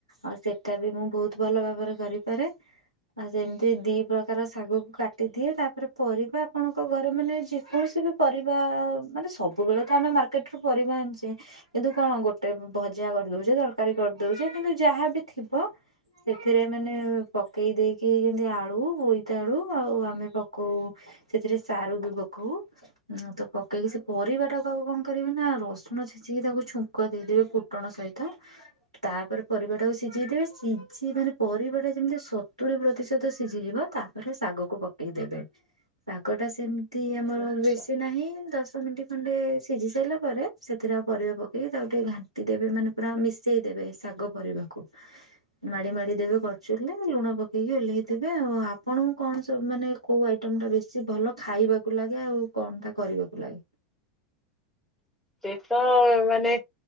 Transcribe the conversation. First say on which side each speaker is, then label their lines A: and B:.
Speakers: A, on the right; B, in the centre.
A: ଆଉ ସେଟା ବି ମୁଁ ବହୁତ ଭଲ ଭାବରେ କରିପାରେ। ଆଉ ଯେମିତି ଦି ପ୍ରକାର ଶାଗକୁ କାଟ କାଟିଦିଏ ତାପରେ ପରିବା ଆପଣଙ୍କ ଘରେ ମାନେ ଯେକୌଣସି ବି ପରିବା ମାନେ ସବୁବେଳେ ତ ଆମେ ମାର୍କେଟ ର୍କେଟ ରୁ ପରିବା ଆଣଚେ। ଏବେ କଣ ଗୋଟେ ଭଜା କରିଦଉଛି ତରକାରୀ କରିଦଉଛି କିନ୍ତୁ ଯାହାବି ଥିବ। ସେଥିରେ ମାନେ ପକେଇ ଦେଇକି ଯେମତି ଆଳୁ ବୋଇତାଆଳୁ ଆଉ ଆମେ ପକଉ ସେଥିରେ ସାରୁ ବି ପକଉ। ହୁଁ ତ ପକେଇକି ସେ ପରିବା ଟାକୁ ଆଗ କଣ କରିବେ ନା ରସୁଣ ଛେଚିକି ତାକୁ ଛୁଁ ଙ୍କ ଦେଇଦେବେ ଫୁଟଣ ସହିତ। ତାପରେ ପରିବାଟାକୁ ସିଝେଇ ଦେବେ ସିଝି ମାନେ ପରିବାଟା ଯେମିତି ସତୁରି ପ୍ରତିଶତ ସିଝିଯିବ ତା ପରେ ଶାଗକୁ ପକେଇ ଦେବେ ଶାଗ ଟା ସେମିତି ଆମର
B: ଆଚ୍ଛା
A: ବେଶୀ ନାହିଁ ଦଶ ମିନିଟ। ଖଣ୍ଡେ ସିଝି ସାରିଲା ପରେ ସେଥିରେ ଆଉ ପରିବା ପକେଇକି ତାକୁ ଟିକେ ଘାଣ୍ଟି ଦେବେ ମାନେ ପୁରା ମିଶେଇ ଦେବେ ଶାଗ। ପରିବାକୁ। ମାଡି ମାଡି ଦେବେ କରଚୁଲି ରେ ଲୁଣ ପକେଇକି ଓହ୍ଲେଇ ଦେବେ ଆଉ ଆପଣଙ୍କୁ କଣ ସବୁ ମାନେ କୋଉ ଆଇଟମ ଟା ବେଶୀ ଭଲ ଖାଇବାକୁ ଲାଗେ ଆଉ କଣ ଟା କରିବାକୁ ଲାଗେ?
B: ସେଇତ ମାନେ